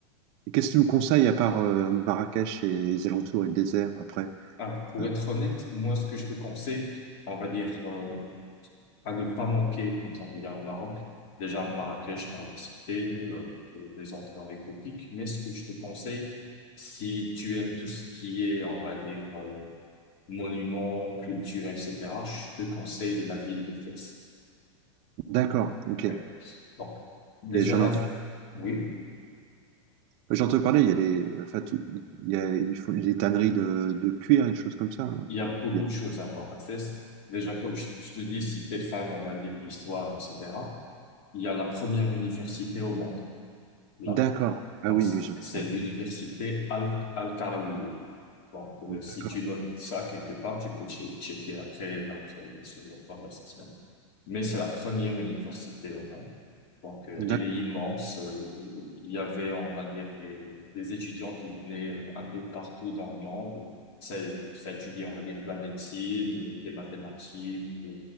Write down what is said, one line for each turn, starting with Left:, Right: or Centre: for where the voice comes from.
Right: qu'est-ce que tu me conseilles à part euh, Marrakech et les alentours et le désert après?
Left: Alors, pour
Right: Euh,
Left: être honnête, moi, ce que je te conseille, on va dire, euh, à ne pas manquer quand on vient au Maroc. Déjà, Marrakech, on l'a cité, euh, et les endroits exotiques. Mais ce que je te conseille, si tu aimes tout ce qui est, on va dire, euh, monuments, culture, etc., je te conseille la ville de Fès.
Right: d'accord, ok.
Left: Ouais. Donc, déjà
Right: Et j'en
Left: là,
Right: entends,
Left: oui,
Right: j'entends parler, il y a les, enfin, tout- il y a, il faut les tanneries de, de cuir, des choses comme ça. là.
Left: il y a beaucoup
Right: Il y a-
Left: de choses à voir à Fès. Déjà, comme je je te dis, si t'es fan, on va dire, de l'histoire, etc., il y a la première université au monde. Là.
Right: D'accord. Ah
Left: Donc,
Right: oui,
Left: c'est
Right: oui, j'en ai
Left: c'est
Right: parlé.
Left: l'université
Right: hein.
Left: Al, Al-Qarawiyya. Donc, euh,
Right: D'accord.
Left: si tu notes ça quelque part, tu peux che- checker après, après notre conversation mais c'est la première université au monde. Donc, euh,
Right: D'accord.
Left: elle est immense. Euh, il y avait, on va dire, des, des étudiants qui venaient euh, un peu partout dans le monde. Ça, ça étudiait, on va dire, de la médecine, euh, des mathématiques, euh,